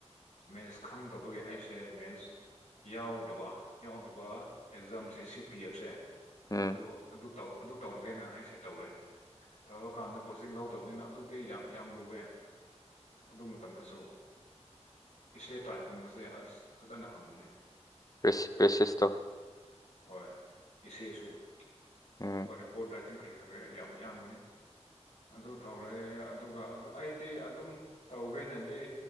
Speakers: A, on the left; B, on the left.
A: ꯃꯦꯁ ꯈꯪꯗꯕꯒꯤ ꯑꯩꯁꯦ ꯃꯦꯁ ꯌꯥꯎꯗꯕ ꯌꯥꯎꯗꯕ ꯑꯦꯛꯖꯥꯝꯁꯦ ꯁꯤ ꯄꯤ ꯑꯦꯐꯁꯦ
B: ꯎꯝ
A: ꯑꯗꯨ ꯑꯗꯨ ꯑꯗꯨ ꯇꯧꯔꯒꯦꯅ ꯑꯩꯁꯦ ꯇꯧꯔꯦ ꯊꯕꯛ ꯑꯗꯨ ꯀꯥꯟꯗ ꯀꯣꯆꯤꯡ ꯂꯧꯗꯕꯅꯤꯅ ꯑꯗꯨꯗꯤ ꯌꯥꯝ ꯌꯥꯝ ꯂꯨꯋꯦ ꯑꯗꯨ ꯃꯇꯝꯗꯁꯨ ꯑꯦꯁꯦ ꯇꯥꯏꯞꯀꯨꯝꯕꯁꯦ ꯑꯁ ꯐꯖꯅ ꯍꯪꯕꯅꯦ
B: ꯄꯦꯁ ꯄꯦꯁꯤꯁꯇꫭ
A: ꯍꯣꯏ ꯑꯦꯁꯦꯁꯨ
B: ꯎꯝ
A: ꯑꯗꯨꯒ ꯔꯤꯄꯣꯔꯠ ꯇꯤꯡꯈ꯭ꯔ ꯈ꯭ꯔꯒ ꯌꯥꯝ ꯌꯥꯝꯕꯅꯦ ꯑꯗꯨ ꯇꯧꯔꯦ ꯑꯗꯨꯒ ꯑꯗꯨ ꯑꯩꯗꯤ ꯑꯗꯨꯝ ꯇꯧꯒꯦꯅꯗꯤ